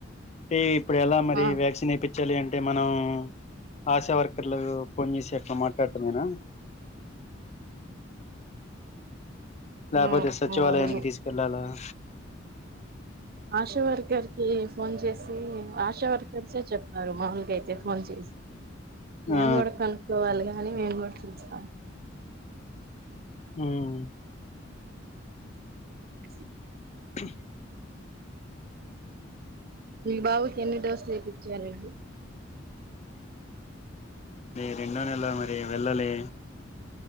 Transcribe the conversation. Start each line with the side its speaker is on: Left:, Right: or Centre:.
Left: టే ఇప్పుడు ఎలా మరి
Right: ఆ
Left: వక్సన్ ఏపీ వేయించాలి అంటే మనం ఆశా వర్కర్లు ఫోన్ చేసి అట్లా మాట్లాడటమేనా లేకపోతే
Right: ఆ
Left: సచివాలయానికి
Right: ఆ, అవును
Left: తీసుకెళ్ళాలా <inaudible>
Right: ఆశావర్కర్ కి ఫోన్ చేసి ఆశా వర్కల్సే చెప్ తారు. మాముల్గ అయితే ఫోన్ చేసి మేము
Left: ఆ
Right: కూడా కనుక్కోవాలిగా అని మేంగోటిచిన
Left: ఉం
Right: చి
Left: <inaudible>
Right: మీ బాబు ఎన్ని డోస్లు ఎపించ జరండి
Left: ఈ రెండో నెల ఎ వెళ్ళలే